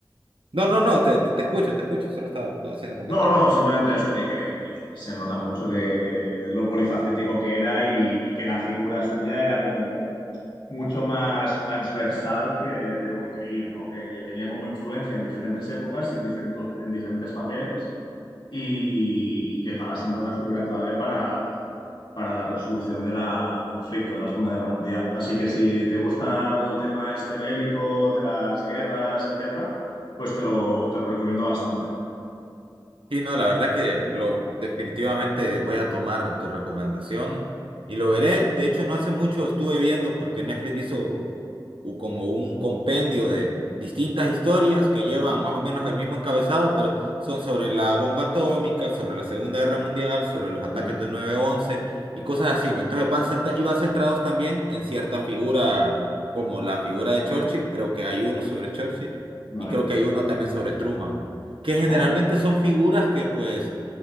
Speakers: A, on the right; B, on the left.
A: No, no, no, te, te, te escucho, te escucho, solo estaba haciendo comentarios.
B: No, no, simplemente eso, que, que- que se nota mucho que, que lo polifacético que era y, y que la figura suya era como mucho más transversal que de lo que creía, ¿no? Que, que tenía como influencia en diferentes épocas y en diferentes, en diferentes papeles y, y que acaba siendo una figura clave para, para la resolución de la, del conflicto de la Segunda Guerra Mundial. Así que si te gusta todo el tema este bélico, de las guerras, etcétera, pues te lo, te lo recomiendo bastante.
A: Sí, no, la verdad que lo definitivamente voy a tomar tu recomendación y lo veré. De hecho, no hace mucho estuve viendo porque Netflix hizo u- como un compendio de distintas historias que llevan
B: Ajá,
A: más o menos el mismo encabezado, pero son sobre la bomba atómica, sobre la Segunda Guerra Mundial, sobre los ataques
B: ¿vale?
A: del nueve once y cosas así, ¿no? Entonces van centra- y van centrados también en ciertas figuras, como la figura de Churchill, creo que hay uno sobre Churchill
B: ¿Vale?
A: y creo que hay uno también sobre Truman, que generalmente
B: Oh,
A: son figuras que pues